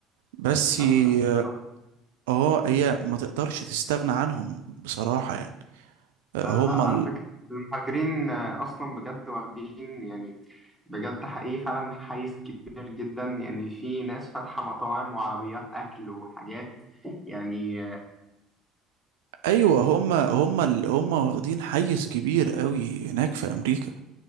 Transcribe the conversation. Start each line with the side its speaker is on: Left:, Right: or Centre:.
Right: بس ي-
Centre: أيوه أيوه صح.
Right: اه هي ما تقدرش تستغنى عنهم بصراحة يعني هم
Centre: لا لا لا
Right: ال...
Centre: على فكرة المهاجرين آه، أصلا بجد واخدين يعني بجد حقيقي فعلا حيز كبير جدا يعني في ناس فاتحة مطاعم وعربيات أكل وحاجات يعني
Right: ايوه هم هم ال... هم واخدين حيز كبير قوي هناك في امريكا